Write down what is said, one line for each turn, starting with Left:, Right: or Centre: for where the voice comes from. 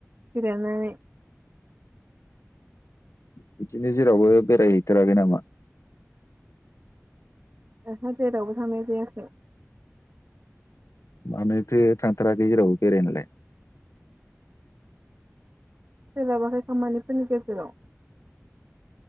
Right: जिरायनानै।
Left: बिदिनो जेरावबो बेरायहैथाराखै नामा?
Right: ओहो जेरावबो थांनाय जायाखै।
Left: मानोथो थांथाराखै जेरावबो बेरायनोलाय।
Right: सोलाबाखै खामानिफोरनि गेजेराव।